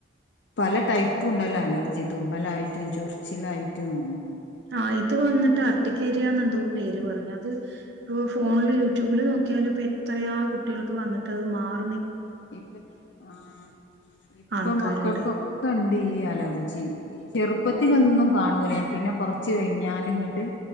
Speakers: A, on the left; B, on the right.
A: പല ടൈപ്പും ഉണ്ടല്ലോ അലർജി തുമ്മലായിട്ടും ചൊറിച്ചിലായിട്ടും.
B: ആ ഇത് വന്നിട്ടാ <unintelligible> എന്തോ പേര് പറഞ്ഞു അത് ഇ ഫോണില് യൂട്യൂബിൽ നോക്കിയാലും ഇപ്പോ എത്രയാ കുട്ടികൾക്ക് വന്നിട്ട്ത് മാറ്ണ്
A: ഇപ്പ ആ ഇപ്പൊ
B: ആൾക്കാരുണ്ട്
A: മക്കൾക്കൊക്കെ ഉണ്ട് ഈ അലർജി ഈ ചെറുപ്പത്തിലൊന്നും കാണൂലേ പിന്നെ കൊറച്ച് കഴിഞ്ഞാല ഇങ്ങട്ട്